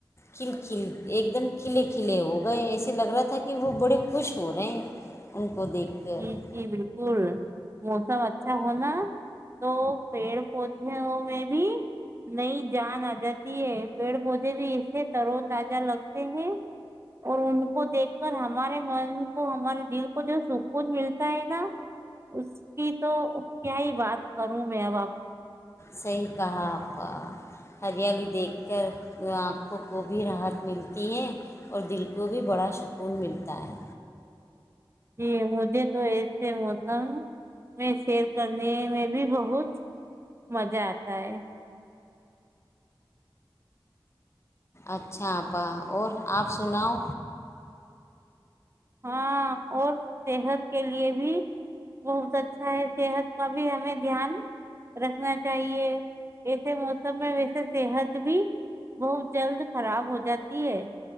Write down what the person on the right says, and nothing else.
جی جی بالکل موسم اچھا اچھا ہونا تو پیڑ پودوں میں بھی نئی جان آ جاتی ہے پیڑ پودے بھی ایسے ترو تازہ لگتے ہیں اور ان کو دیکھ کر ہمارے من کو ہمارے دل کو جو سوکھ کون ملتا ہے نا اس کی تو کیا ہی بات کروں میں ابپ <inaudible>
جی مجھے تو ایسے موسم میں سیر سنے میں بھی بہت مزہ آتا ہے <inaudible>
ہاں اور صحت کے لیے بھی بہت اچھا ہے صحت کا بھی ہمیں دھیان رکھنا چاہیے ایسے موسم میں ویسے صحت بھی بہت جلد خراب ہو جاتی ہے